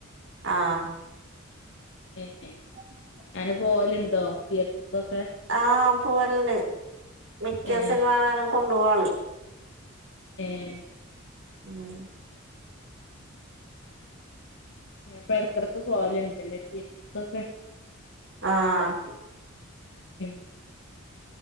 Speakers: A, on the right; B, on the left.
A: ആഹ്
B: ഏഹ്
A: <inaudible>
B: അങ്ങനെ പോവലുണ്ടോ തിയേറ്റർക്കൊക്കെ
A: ആഹ് പോവലണ്ട് മിക്ക
B: ഏഹ്
A: സിനിമാണാലും കൊണ്ടു പോവാള്
B: ഏഹ്
A: ഉം
B: പ്പ ഇടക്കിടക്ക് പോവലുണ്ടല്ലേ തിയേറ്റർക്കൊക്കെ
A: ആഹ്
B: പി